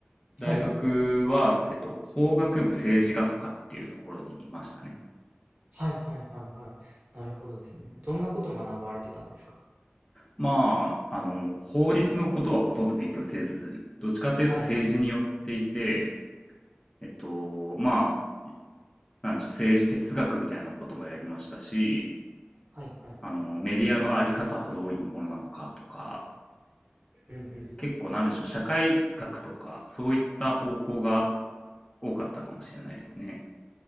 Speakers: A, on the left; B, on the right.
A: 大学は、
B: はい、
A: えっと、法学部政治学科っていうところにいましたね。
B: はいはいはいはい。なるほどですね。どんなことを学ばれてたんですか
A: まあ、あの、法律のことはほとんど勉強せず、どっちかっていうと政治によっていて、
B: はい、
A: えっと、まあ、なんでしょう、政治哲学みたいなこともやりましたし、
B: はいはいはい。
A: あの、メディアのあり方はどういうものなのかとか、
B: うんうん。
A: 結構なんでしょう、社会学とか、そういった方向が多かったかもしれないですね。